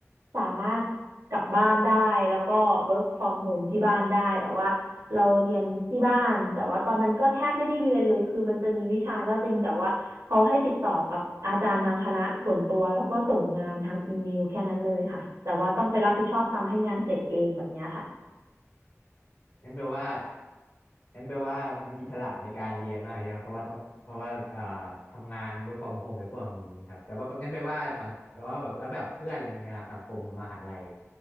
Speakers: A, on the right; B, on the left.
A: สามารถกลับบ้านได้แล้วก็ work from home ที่บ้านได้แบบว่า เราเรียนที่บ้านแต่ว่าตอนนั้นก็แทบไม่ได้เรียนเลยคือมันจะมีวิชาก็จริงแต่ว่าเขาให้ติดต่อกับอาจารย์ทางคณะส่วนตัวแล้วก็ส่งงานทางอีเมลแค่นั้นเลยค่ะแต่ว่าต้องไปรับผิดชอบทำให้งานเสร็จเองแบบเนี้ยค่ะ
B: งั้นแปลว่างั้นแปลว่ามีอิสระในการเรียนมากเลยนะเพราะว่าต้องเพราะว่าอ่าทำงาน work from home ในพวกนี้ครับแต่ว่างั้นแปลว่าสังแปลว่าแบบแล้วแบบเพื่อนอะไรเงี้ยครับสังคมมหาลัย